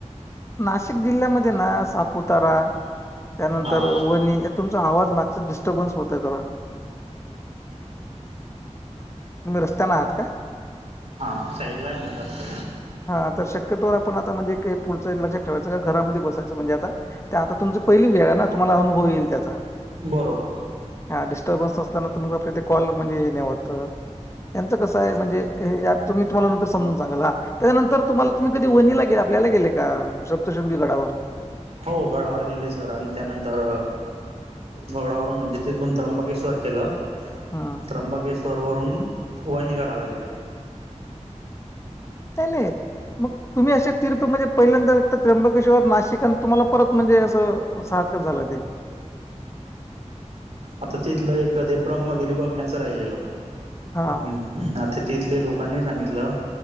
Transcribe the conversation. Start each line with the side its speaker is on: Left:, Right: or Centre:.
Left: नाशिक जिल्ह्यामध्ये ना सापुतारा त्यानंतर
Right: हा
Left: वणी तुमचा आवाज मागचा डस्टर्बन् होतय तोरा निम् रस्त्याना आहत का
Right: हा साईड ला म्हणजे रस्त
Left: हा तर शक्यतोवर आपण आता म्हणजे पुढं लक्षात ठेवायचं का घरामध्ये बसायचं म्हणजे आता आता तुमच पहिली वेळ आहे ना तुम्हाला अनुभव येईल त्याचा
Right: बरोबर
Left: ह डिस्टर्बन् असल्यान तर कॉ म्हणजे हे नाही होत यांचं कसं आहे म्हणजे मी तुम्हाला नंतर समजून सांगाल हा त्याच्यानंतर तुम्हाला तुम्ही कधी वणीनीला गेल आपल्याला गेले का सप्तशृंगी गडावर
Right: हो गडावर गेली सर आणि त्यानंतर घोडावरून म्हणजे तिथून त्र्यंबकेश्वर केलं
Left: हा
Right: त्र्यंबकेश्वररून वणीगडाला गेले
Left: त्यांनी मग तुम्ही अशे तीर्थ म्हणजे पहिल्यांदा एक त्र्यंबकेश्वर नाशिक आणि तुम्हाला परत म्हणजे असं सहक झालं ते
Right: आता तिथलं एक ते ब्रह्मगिरी बघण्याचं राहिलेलं होत्
Left: हा.
Right: आ ते तिथले लोकांनी सांगितलं